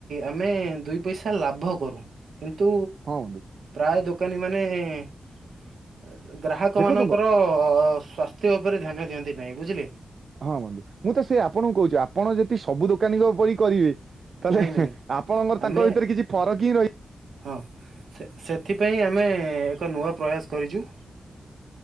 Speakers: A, on the right; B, on the right.
A: ଆମେ ଦି ପଇସା ଲାଭ କରୁ। କିନ୍ତୁ
B: ହଁ ବନ୍ଧୁ
A: ପ୍ରାୟ ଦୋକାନୀ ମାନେ ଅ ବ୍ର ତାଙ୍କ
B: ଦେଖନ୍ତୁ
A: ମାନଙ୍କର
B: ମୋ
A: ସ୍ୱାସ୍ଥ୍ୟ ଉପରେ ଧ୍ୟାନ ଦିଅନ୍ତି ନାହିଁ ବୁଝିଲେ।
B: ହଁ ବନ୍ଧୁ ମୁଁ ତ ସେ ଆପଣଙ୍କୁ କହୁଛି ଆପଣ ଯଦି ସବୁ ଦୋକାନୀ ଙ୍କ ପରି କରିବେ। ତାହେଲେ
A: ନାଇଁ ନାଇଁ
B: ଆପଙ୍କର
A: ଆମେ
B: ତାଙ୍କ ଭିତରେ କିଛି ଫରକ୍ ହିଁ ରହି
A: ହଁ ସେ ସେଥିପାଇଁ ଆମେ ଏକ ନୂଆ କରିଛୁ?